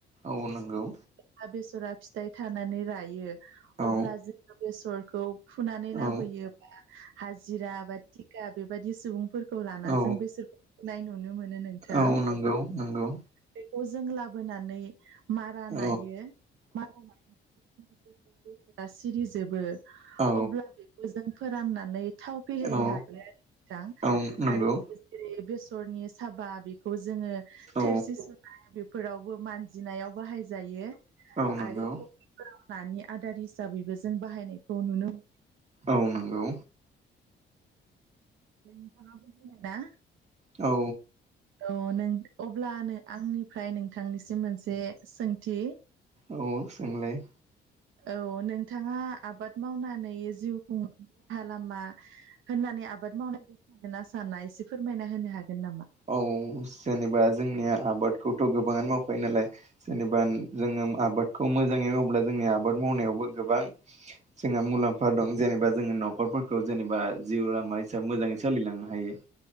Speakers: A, on the right (about 35°); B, on the right (about 80°).
A: औ नंगौ
B: जहा बेसरा फिथाइ थानानै रायो
A: औ
B: अब्ला जोङो बेसरखौ फुनानै लाबोयो
A: औ
B: बा हाजिरा बा थिखा बेबायदि सुबुंफोर खौ लाना
A: औ
B: जों बेसरखौ फुनाय नुनो मोनो नोंथां
A: औ नंगौ नंगौ
B: बेखौ जों लाबोनानै मारा
A: औ
B: नायो मारा सिरिजोबो
A: औ
B: अब्ला बेखौ जों फोराननानै थाव फेहेरनो
A: औ
B: हायो नोंथां
A: औ नंगौ
B: आरो <unintelligible> बेसरनि साबा बेखौ जोङो
A: औ
B: थोरसि सुनाय बे फोरावबो मानजिनायाव बाहायजायो
A: औ नंगौ
B: आरो फोराव नानि आदार हिसाबैबो जों बाहायनायखौ नुनो
A: औ नंगौ
B: नोंथाङा बुजिदों ना
A: औ
B: औ नों अब्लानो आंनिफ्राय नोंथांनिसिम मोनसे सोंथि
A: औ सोंलाय
B: औ नोंथाङा आबाद मावनानै जिउ खुंनायनि राहा लामा होननानै आबाद मावनायखो सानोना साना एसे फोरमायना होनो हागोन नामा
A: औ जेनेबा जोंनिया आबादखौथ' गोबाङानो मावफायो नालाय। जेनेबा जोङो आबादखौ मोजाङै माव्ला जोंनि आबाद मावनायावबो गोबां जोंहा मुलाम्फा दं जेनेबा जोङो न'खरफोरखौ जेनेबा जिउ लामा हिसाबै मोजाङै सोलिलांनो हायो।